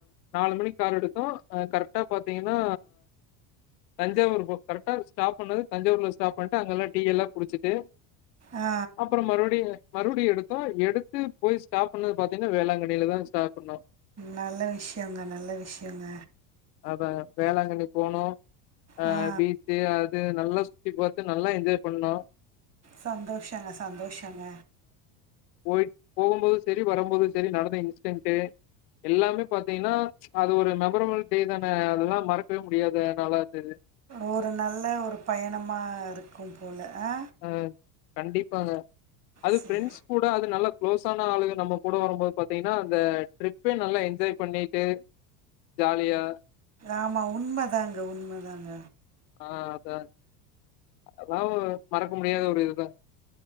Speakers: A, on the left (about 80°); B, on the right (about 30°).
A: நாலு மணிக் கார் எடுத்தோ அ கரெட்டா பாத்தீங்ன்னா தஞ்சாவூர் பக் கரெட்டா ஸ்டாப் பண்ணது தஞ்சாவூர்ல ஸ்டாப் பண்ணிட்டு அங்கெல்லா டீ எல்லா குடிச்சிட்டு
B: ஆ
A: அப்றோ மறுபடியு மறுபடி எடுத்தோ எடுத்து போய் ஸ்டாப் பண்ணது பாத்தீங்ன்னா வேளாங்கண்ணியில தா ஸ்டாப் பண்ணோ
B: நல்ல விஷயங்க நல்ல விஷயங்க
A: அத வேளாங்கண்ணி போனோ அ
B: ஆ
A: பீச்சு அ துனல்லா சுத்தி பாத்து நல்லா என்ஜாய் பண்ணோ
B: சந்தோஷங்க சந்தோஷங்க
A: கோயில்க் போகும்போது செரி வரம்போது செரி நடந்த இன்சிடென்ட்டு எல்லாமே பாத்தீங்கன்னா அது ஒரு மெமரபிள் பீல்தான அதெல்லா மறக்கவே முடியாது என்னால அது
B: ஒரு நல்ல ஒரு பயணமா இருக்கு போல அ
A: அ கண்டிப்பாங்க அது
B: சரி
A: ஃப்ரண்ட்ஸ் கூ ட அது நல்லா க்ளோஸ் ஆன ஆளுங்க நம்ம கூட வரம்போது பாத்தீங்ன்னா அந்த ட்ரிப்பே நல்லா என்ஜாய் பண்ணீட்டு ஜாலியா
B: ஆமா உண்ம தாங்க உண்ம தாங்க
A: ஆ அதா அதாவுது மறக்க முடியாத ஒரு இதுதா